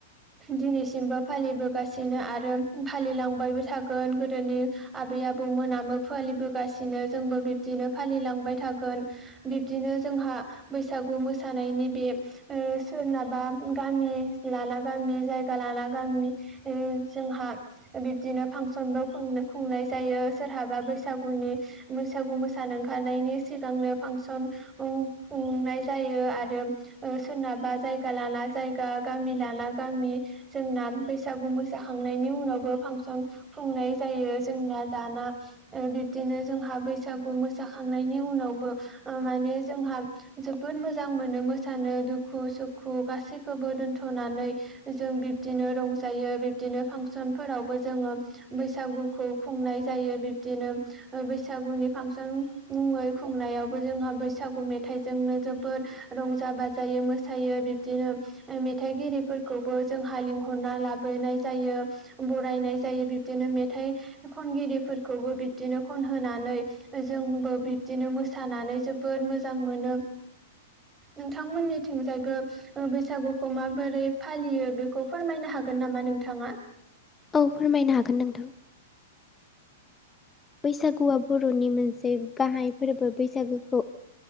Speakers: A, on the right; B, on the left.
A: दिनैसिमबो फालिबो गासिनो आरो फालिलांबायबो थागोन गोदोनि आबै आबौ मोनामो फालिबोगासिनो जोंबो बिब्दिनो फालिलांबाय थागोन बिब्दिनो जोंहा बैसागु मोसानायनि नैबे सोरनाबा गामि लाना गामि जायगा लाना गामि जोंहा बिबदिनो फांसनबो खुंनाय जायो सोरहाबा बैसागुनि बैसागु मोसानो ओंखारनायनि सिगांनो फांसन खुंनाय जायो। आरो सोरनाबा जायगा लाना जायगा गामि लाना गामि जोंना बैसागु मोसाखांनायनि उनावबो फांसन खुंनाय जायो। जोंना दाना बि बिदिनो जोंहा बैसागु मोसाखांनायनि उनावबो माने जोंहा जोबोद मोजां मोनो मोसानो दुखु सुखु गासैखौबो दोनथ'नानै जों बिबदिनो रं जायो बिब्दिनो फांसनफोरावबो जोङो बैसागुखौ खुंनाय जायो। बिब्दिनो बैसागुनि फांसन मुङै खुंनायावबो जोंहा बैसागु मेथाइजोंनो जोबोद रंजा बाजायो मोसायो बिबदिनो मेथाइगिरिफोरखौबो जोंहा लिंहरना लाबो नाय जायो बरायनाय जायो बिबदिनो मेथाइ खनगिरिफोरखौबो बिदिनो ख होनानै जोंबो बिब्दिनो मोसानानै जोबोद मोजां मोनो। नोंथांमोननिथिंजायबो बैसागुखौ माबोरै फालियो बेखौ फोरमायनो हागोन। गोन नामा नोंथाङा।
B: औ फोरमायनो हागोन नोंथां। बैसागुआ बर'नि मोनसे गाहाय फोरबो बैसागुखौ